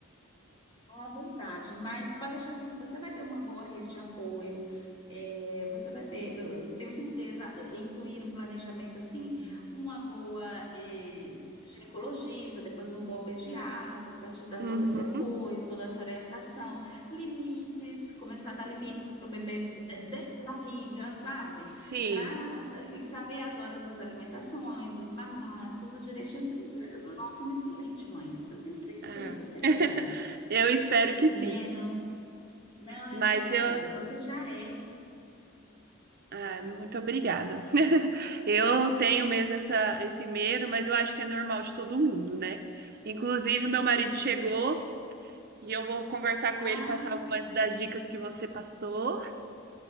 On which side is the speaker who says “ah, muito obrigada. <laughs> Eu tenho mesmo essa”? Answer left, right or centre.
Right